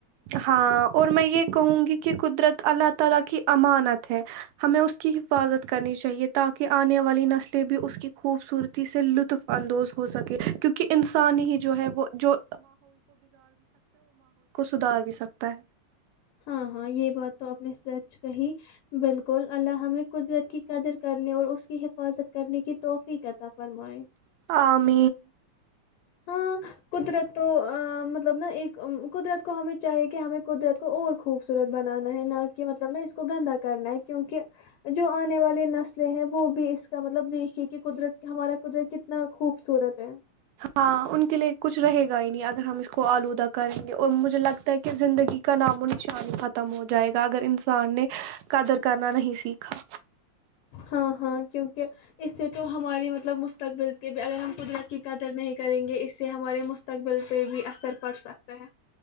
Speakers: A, on the right; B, on the left.
A: ہاں اور میں یہ کہوں گی کہ قدرت اللہ تعالی کی امانت ہے ہمیں اس کی حفاظت کرنی چاہیے تاکہ انے والی نسلیں بھی اس کی خوبصورتی سے لطف اندوز ہو سکے کیونکہ انسانی ہی جو ہے وہ جو سدار بھی سکتا ہے
B: ہاں ہاں یہ بات تو اپپنے سچ کہی بالکل اللہ ہم نے قدرت کی قدر کرنے اور اس کی حفاظت کرنے کی توفی کتا فرما
A: آ م
B: ہاں قدرت تو مطلب نا ایک قدرت کو ہمیں چاہیے کہ ہمیں قدرت کو اور خوبصورت بنانا ہے نہ کہ مطلب نا اس کو گندا کرنا ہے کیونکہ جو آنے والی نسلیں ہیں وہ بھی اس کا مطلب دیکھیے کہ قدرت ہمارا قدرت کتنا خوبصورت تو <unintelligible>
A: ہاں ان کے لیے کچھ رہے گا ہی نہیں اگر ہم اس کو آلودہ کریں گے اور مجھے لگتا ہے کہ کہ زندگی کا نام و نشانی ختم ہو جائے گا اگر انسان نے قدر کرنا نہیں سیکھا
B: ہاں ہاں کیونکہ اس سے تو ہماری مطلب مستقبل کے بھی اگر ہم قدرت کی قدر نہیں کریں گے اس سے ہمارے مستقبل پہ بھی اثر پڑ سکتا ہے